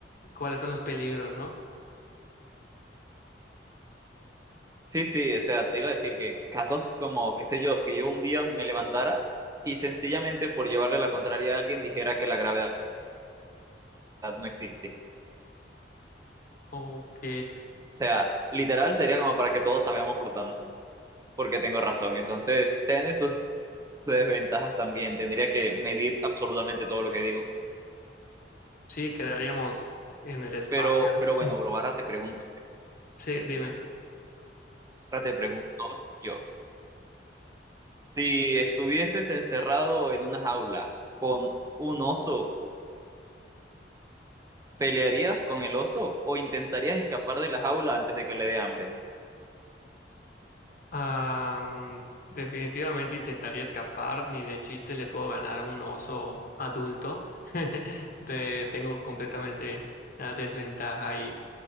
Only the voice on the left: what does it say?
cuáles son los peligros, ¿no?
Ok,
sí, quedaríamos en el espacio.
<laughs>
Sí, dime.
Ah, definitivamente intentaría escapar, ni de chiste le puedo ganar a un oso adulto. <laughs> De- tengo completamente la desventaja ahí.